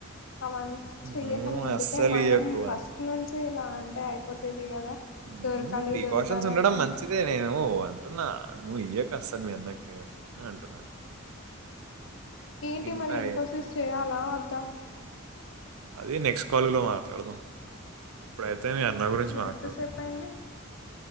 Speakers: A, on the left; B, on the right.
A: అవంతా చెయ్యక
B: నువ్వు
A: ముందుకే
B: అస్సలు
A: మనం
B: ఇయ్యకు
A: ఫస్ట్ నుంచి ఇలా అంటే అయిపోతది ది కదా
B: ముందు
A: దొరకాలి
B: ప్రికాషన్స్
A: దొరకాలి
B: ఉండడం
A: అన్నట్టు
B: మంచిదే నేను అంటున్నా నువ్వు ఇయ్యకు కసలు మీ అన్నకి అని అంటున్నా
A: ఏంటి
B: ఇంత
A: మరి ఇన్ఫోసిస్
B: ఏ-
A: చేయాలా వద్దా
B: అది నెక్స్ట్ కాల్ లో మాట్లాడదాం ఇప్పుడైతే మీ అన్న గురించి
A: ఇది ఎంతసేపు
B: మాట్లాడు
A: అయింది